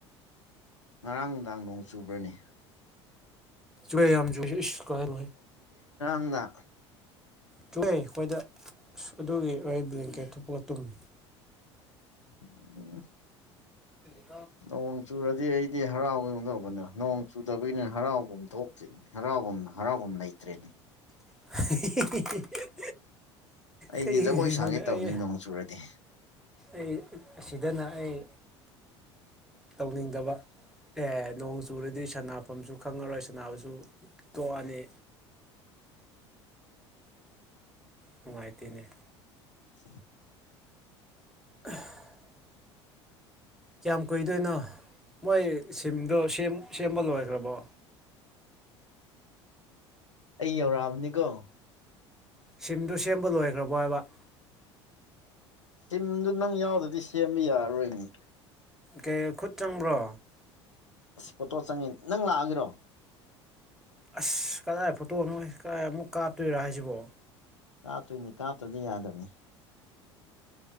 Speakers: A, on the left (about 85°); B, in the centre.
A: ꯉꯔꯥꯡ ꯅꯨꯡꯗꯥꯡ ꯅꯣꯡ ꯆꯨꯕ꯭ꯔꯅꯤ
B: ꯌꯦ ꯌꯥꯝ ꯆꯨꯏ ꯏ ꯀꯥꯏꯔ
A: ꯇꯗ
B: ꯇꯨꯑꯦ ꯑꯩꯈꯣꯏꯗ ꯑ ꯑꯗꯨꯒꯤ ꯑꯣꯏ ꯕ꯭ꯂꯦꯡꯀꯦꯠꯄꯒ ꯇꯨꯝꯃꯤ
A: ꯎꯝ
B: ꯍ
A: ꯅꯣꯡ ꯆꯨꯔꯗꯤ ꯑꯩꯗꯤ ꯍꯔꯥꯎꯒꯗꯗ ꯅꯣꯡ ꯆ ꯇꯕꯨꯅ ꯍꯔꯥꯎꯐꯝ ꯊꯣꯛꯇ꯭ꯔꯤꯅꯦ ꯍꯔꯥꯎꯐꯝ ꯍꯔꯥꯎꯐꯝ ꯂꯩꯇ꯭ꯔꯦꯅꯦ
B: <unintelligible>
A: ꯑꯩꯗꯤ
B: ꯀꯩꯒꯤꯅꯣꯅꯦ
A: ꯖꯒꯣꯏ ꯁꯥꯒꯦ ꯇꯕꯅꯤ
B: ꯑꯩ
A: ꯅꯣꯡ ꯆꯨꯔꯗꯤ
B: ꯑꯩ ꯑꯁꯤꯗꯅ ꯑꯩ ꯇꯧꯅꯤꯡꯗꯕ ꯑꯦ ꯅꯣꯡ ꯆꯨꯨꯔꯗꯤ ꯁꯅꯐꯝꯁꯨ ꯈꯪꯉꯔꯣꯏ ꯁꯅꯕꯁꯨ ꯇꯣꯛꯑꯅꯤ ꯅꯨꯡꯉꯥꯏꯇꯅꯦꯅꯦ
A: <unintelligible>
B: <unintelligible> ꯀꯌꯥꯝ ꯀꯨꯏꯗꯣꯏꯅꯣ ꯃꯣꯏ ꯁꯤꯝꯗꯣ ꯁꯦꯝꯕ ꯂꯣꯏꯈ꯭ꯔꯕꯣ
A: ꯑꯩ ꯌꯧꯔꯛꯑꯕꯅꯤꯀꯣ
B: ꯁꯤꯝꯗꯨ ꯁꯦꯝꯕ ꯂꯣꯏꯈ꯭ꯔꯕꯣ ꯍꯥꯏꯕ
A: ꯊꯤꯝꯗꯨ ꯅꯪ ꯌꯥꯎꯗꯗꯤ ꯁꯦꯝꯕ ꯌꯥꯔꯔꯣꯏꯅꯤ
B: ꯀꯩ ꯈꯨꯠ ꯆꯪꯕ꯭ꯔꯣ
A: ꯑꯁ ꯐꯣꯇꯣ ꯆꯪꯉꯤ ꯅꯪ ꯂꯥꯛꯑꯒꯤꯔꯣ
B: ꯑꯁ ꯀꯗꯥꯏ ꯐꯣꯇꯣꯅꯣ ꯀꯗꯥꯏ ꯑꯃꯨꯛ ꯀꯥꯞꯇꯣꯏꯔ ꯍꯥꯏꯁꯤꯕꯣ
A: ꯀꯥꯞꯇꯣꯏꯅꯤ ꯀꯥꯞꯇ꯭ꯔꯗꯤ ꯌꯥꯗꯕꯅꯤ